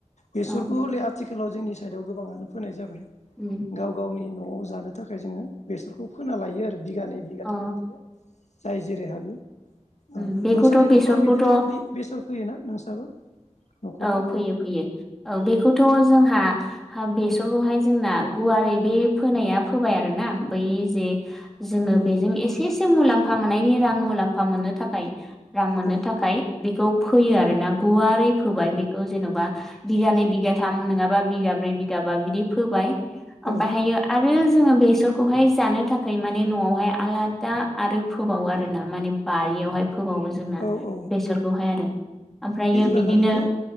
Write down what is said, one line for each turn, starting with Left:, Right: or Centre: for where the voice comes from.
Left: बेसरखौ
Centre: औ
Left: हले आथिखालाव जोंनि साइडआव गोबांङानो फोनाय जाबाय
Centre: उम
Left: गाव गावनि नआव जानो थाखाय जोंङो बेसरखौ फोना लायो आरो बिगानै बिगाथाम
Centre: अ
Left: बिदिनो जाय जेरै हागो ओ
Centre: उम बेखौथ'
Left: नोंसानि नखराव
Centre: बेसरखौथ'
Left: बिदिनो बेसर फैयोना नोंसाबो न'खरावबो
Centre: औ फैयो फैयो औ बेखौथ जोंहा हा बेसरखौहाय जोंना गुवारै बे फोनाया फोबाय आरोना बै जे जोंङो
Left: उम
Centre: बेजों एसे से मुलाम्फा मोननायनि रां मुलाम्फा मोननो थाखाय रां मोननो
Left: औ
Centre: थाखाय बेखौ फोयो आरो ना गुवारै फोबाय बेखौ जेनबा बिगानै बिगाथाम नोंङाबा बिगा ब्रै बिगाबा बिदि फोबाय ओमफ्रायहायो
Left: औ
Centre: आरो जों जोंङो बेसरखौहाय जानो थाखाय माने नआवहाय आलादा आरो फोबावो आरोना माने बारियावहाय फोबावो जोंना
Left: औ औ
Centre: बेसरखौहाय आरो ओमफ्रायो
Left: दाना
Centre: बिदिनो
Left: बेखौ